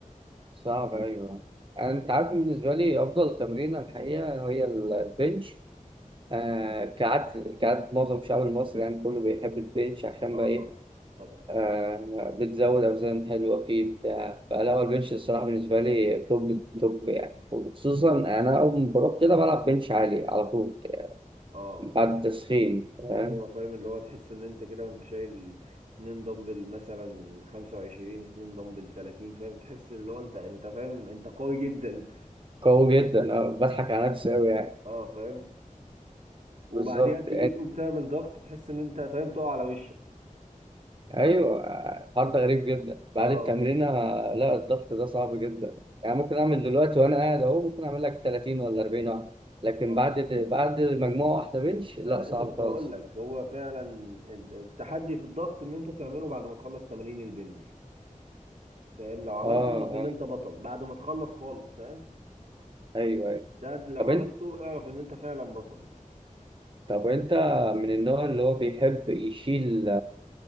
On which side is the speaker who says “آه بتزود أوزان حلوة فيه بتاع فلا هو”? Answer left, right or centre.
Right